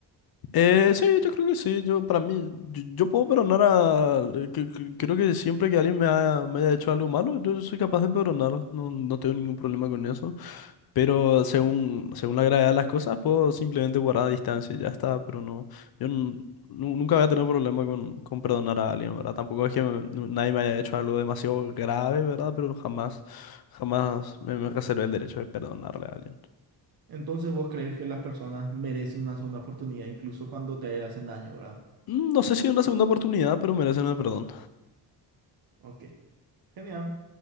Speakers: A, on the left (about 60°); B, on the right (about 60°).
A: Eh, sí, yo creo que sí. Yo, para mí, yo, yo puedo perdonar a... eh, que- que- creo que siempre que alguien me haya, me haya hecho algo malo, yo soy capaz de perdonar. No, no tengo ningún problema con eso. Pero según, según la gravedad de las cosas, puedo simplemente guardar distancia y ya está. Pero no, yo nun- nu- nunca voy a tener problema con, con perdonar a alguien, ¿verdad? Tampoco es que me- nu- nadie me haya hecho algo demasiado grave, ¿verdad? Pero jamás, jamás me, me reservé el derecho de perdonarle a alguien.
B: Entonces vos crees que las personas merecen una segunda oportunidad incluso cuando te hacen daño, ¿verdad?
A: Mm, No sé si una segunda oportunidad, pero merecen el perdón.
B: Ok, genial.